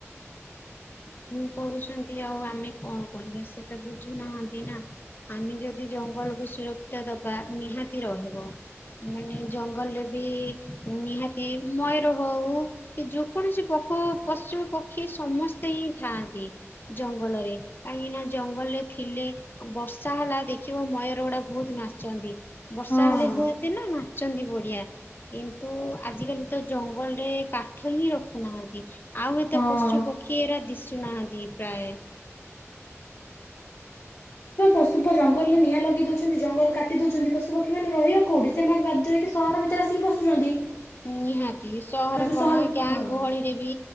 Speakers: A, on the left; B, on the left.
A: ହୁଁ କରୁଚନ୍ତି ଆଉ ଆମେ କଣ କରିବା ସେ ତ ବୁଝୁନାହାନ୍ତି ନା। ଆମେ ଯଦି ଜଙ୍ଗଲକୁ ସୁରକ୍ଷିତ ଦବା ନିହାତି ରହିବ। ମାନେ ଜଙ୍ଗଲରେ ବି ନିହାତି ମୟୂର ହଉ କି ଯେକୌଣସି ପଖୁ ପଶୁ ପକ୍ଷୀ ସମସ୍ତେ ହିଁ ଥାଆନ୍ତି ଜଙ୍ଗଲରେ। କାହିଁକି ନା ଜଙ୍ଗଲରେ ଥିଲେ ବର୍ଷା ହେଲା ଦେଖିବ ମୟୂର ଗୁଡା ବହୁତ ନାଚନ୍ତି। ବର୍ଷା
B: ହଁ।
A: ହେଲେ ହୁଅନ୍ତିନା ନା। ଚନ୍ତି ବଢିଆ କିନ୍ତୁ ଆଜିକାଲି ତ ଜଙ୍ଗଲେ କାଠ ହିଁ ରଖୁନାହାନ୍ତି। ଆଉ ଏତେ
B: ହଁ।
A: ପଶୁ ପକ୍ଷୀ ଏରା ଦିଶୁ ନାହାନ୍ତି ପ୍ରାୟ।
B: ତ ପଶୁ ପ ଜଙ୍ଗଲରେ ନିଆଁ ଲଗେଇ ଦଉଛନ୍ତି ଜଙ୍ଗଲ କାଟି ଦଉଛନ୍ତି ପଶୁପକ୍ଷୀ ମାନ ରହିବା କୋଉଠି। ସେମାନେ ବାଧ୍ୟ ହୋଇକି ସହର ଭିତରେ ଆସିକି ପଶୁଛନ୍ତି।
A: ନିହାତି ସହର
B: ତାପରେ
A: କଣ ଗାଁ
B: ହଁ।
A: ଗହଳିରେ ବି